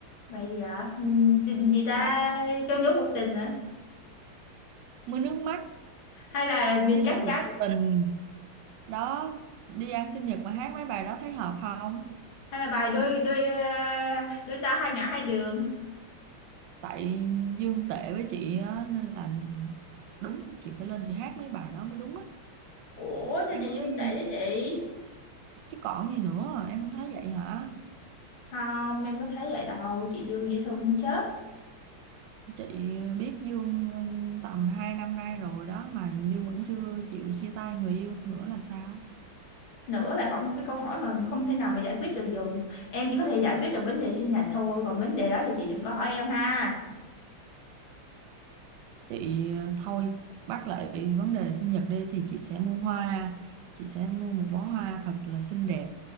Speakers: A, on the left; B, on the right.
A: bài gì ạ? Ừm, Tình gì ta
B: nước mắt
A: cho nhốt một tình hả?
B: mưa nước mắt
A: Hay là miền
B: như đôi
A: cát
B: cuộc
A: trắng?
B: tình đó đi ăn sinh nhật mà hát mấy bài đó thấy hợp không
A: Hay là bài đôi đôi ờ, đôi ta hai ngả hai đường?
B: tại Dương tệ với chị á, nên là đúng chị phải lên chị hát mấy bài đó mới đúng á
A: Ủa sao
B: em
A: chị
B: có
A: Dương
B: thấy gì
A: tệ với chị?
B: chứ còn gì nữa em không thấy vậy hả
A: Không, em có thấy vậy đâu, chị Dương dễ thương muốn chết.
B: Chị biết Dương tầm 2 năm nay rồi đó mà Dương vẫn chưa chịu chia tay người yêu nữa là sao?
A: Nữa là hỏi một cái câu hỏi mà không thể nào mà giải quyết được dùm. Em chỉ có thể giải quyết được vấn đề sinh nhật thôi, còn vấn đề đó thì chị đừng có hỏi em ha.
B: Chị ờ, thôi bắt lại vấn đề sinh nhật đi thì chị sẽ mua hoa, chị sẽ mua một bó hoa thật là xinh đẹp,